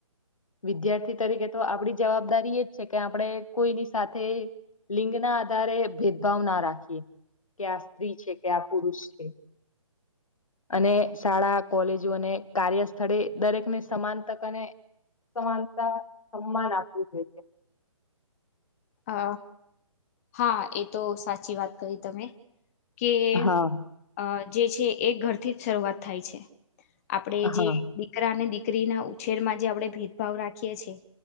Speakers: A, on the left; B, on the left.
A: વિદ્યાર્થી તરીકે તો આપડી જવાબદારી એ જ છે કે આપણે કોઈની સાથે લિંગ ના આધારે ભેદભાવ ના રાખીએ કે આ સ્ત્રી છે કે આ પુરુષ છે. અને શાળા કોલેજો અને કાર્ય સ્થળે દરેકને સમાન તક અને સમાનતા સમાન આપવું જોઈએ.
B: હ હા એ તો સાચી વાત કરી તમે. કે
A: હા
B: અ જે છે એ ઘરથી જ શરૂઆત થાય છે. આપડે
A: હા
B: જે દીકરાને દીક કરી ના ઉછેરમાં જે આપણે ભેદભાવ રાખીએ છીએ